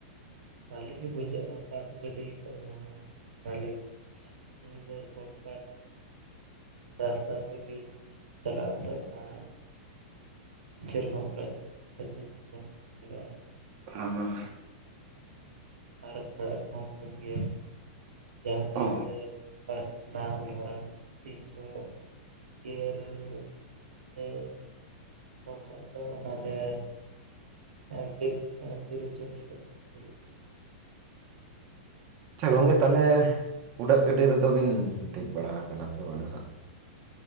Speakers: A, on the right; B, on the right.
A: ᱵᱷᱟᱞᱮ ᱜᱮ ᱵᱩᱡᱷᱟᱹᱜᱼᱟ ᱱᱚᱣᱟ ᱵᱟᱥ ᱜᱟᱹᱰᱤ ᱠᱷᱚᱡ ᱦᱚᱸ ᱵᱷᱟᱞᱮ᱾ ᱱᱤᱭᱟᱹ ᱫᱚ ᱥᱚᱴᱠᱟᱴ ᱨᱟᱥᱛᱟ ᱛᱮᱜᱮ ᱪᱟᱞᱟᱜ ᱟᱛᱚ ᱚᱱᱟ ᱪᱮᱫ <unintelligible> ᱞᱟᱜᱟᱜᱼᱟ᱾
B: ᱦᱳᱭ᱾
A: ᱟᱨ ᱵᱷᱟᱲᱟ ᱠᱚ ᱠᱚᱢ ᱜᱮᱭᱟ᱾ ᱡᱟᱦᱟᱸ ᱠᱟᱨᱚᱱᱛᱮ
B: ᱚ
A: ᱵᱟᱥ ᱨᱮᱱᱟᱜ ᱵᱷᱟᱲᱟ ᱛᱤᱱᱥᱚ <unintelligible> ᱥᱚ ᱠᱷᱟᱡ ᱫᱚ ᱚᱱᱟ ᱛᱮ ᱟᱨ <unintelligible> ᱟᱨ ᱛᱤᱨᱤᱥ ᱪᱚᱞᱞᱤᱥ ᱜᱟᱱ ᱦᱩᱭᱩᱜ
B: ᱟᱪᱪᱷᱟ ᱜᱚᱢᱠᱮ ᱛᱟᱦᱚᱞᱮ ᱩᱰᱟᱹᱜ ᱜᱟᱹᱰᱤ ᱨᱮᱫᱚ ᱵᱤᱱ ᱫᱮᱡ ᱵᱟᱲᱟ ᱠᱟᱱᱟ ᱥᱮ ᱵᱟᱝ ᱦᱟᱸᱜ?